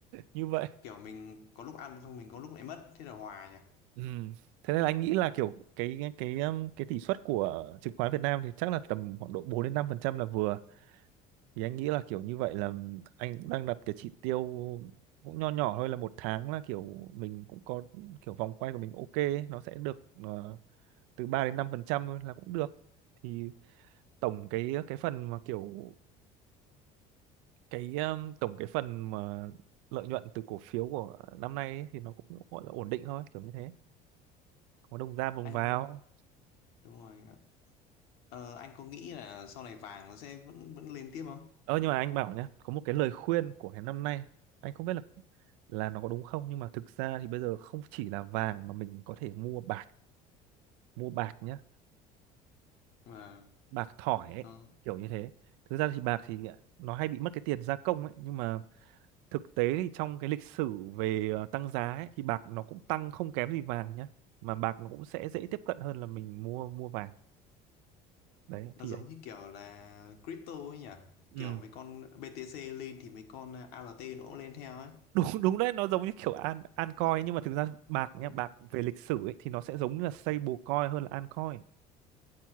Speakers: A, on the right (about 85°); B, on the left (about 75°).
A: như vậy
B: Kiểu mình có lúc ăn xong mình có lúc lại mất thế là hòa nhỉ.
A: Ừ. Thế nên là anh nghĩ là kiểu cái cái cái um, cái tỷ suất của chứng khoán Việt Nam thì chắc là tầm khoảng độ 4 đến 5% là vừa. Thì anh nghĩ là kiểu như vậy là anh cũng đang đặt cái chỉ tiêu cũng nho nhỏ thôi là một tháng là kiểu mình cũng có kiểu vòng quay của mình ok ấy, nó sẽ được ờ, từ 3 đến 5% thôi là cũng được. Thì tổng cái cái phần mà kiểu cái um, tổng cái phần mà lợi nhuận từ cổ phiếu của năm nay ấy, thì nó cũng gọi là ổn định thôi, kiểu như thế. Có đồng ra vùng
B: Anh
A: vào
B: đúng rồi Ờ, anh có nghĩ là sau này vàng nó sẽ vẫn vẫn lên tiếp không?
A: Ơ nhưng mà anh bảo nhá, có một cái lời khuyên của cái năm nay, anh không biết là là nó có đúng không nhưng mà thực ra thì bây giờ không chỉ là vàng mà mình có thể mua bạc, mua bạc nhá,
B: Mà
A: bạc thỏi ấy,
B: nó
A: kiểu như thế. Thực ra thì bạc thì à, nó hay bị mất cái tiền gia công ấy, nhưng mà thực tế thì trong cái lịch sử về ờ, tăng giá ấy, thì bạc nó cũng tăng không kém gì vàng nhá, mà bạc nó cũng sẽ dễ tiếp cận hơn là mình mua mua vàng. Đấy thì
B: nó giống
A: anh.
B: như kiểu là crypto ấy nhỉ?
A: ừ
B: Kiểu mấy con BTC lên thì mấy con ALT nó cũng lên theo ấy.
A: đúng đúng đấy nó giống như kiểu an an coin nhưng mà thực ra bạc nhá
B: Đúng
A: bạc
B: rồi.
A: về lịch sử ấy thì nó sẽ giống như là stablecoin hơn là an coin